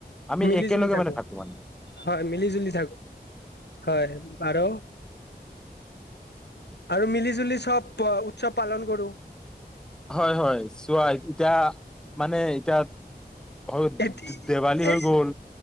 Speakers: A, in the centre; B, on the left.
A: আমি
B: মিলি
A: একেলগে
B: জুলি থাকোঁ
A: মানে থাকো মানে
B: হয় মিলি জুলি থাকো হয় আৰ আৰু মিলি জুলি চব উৎসৱ পালন কৰো
A: হয় হয় চোৱা এতিয়া মানে এতিয়া অ দে
B: এতি
A: দেৱালী
B: এই
A: হৈ গ'ল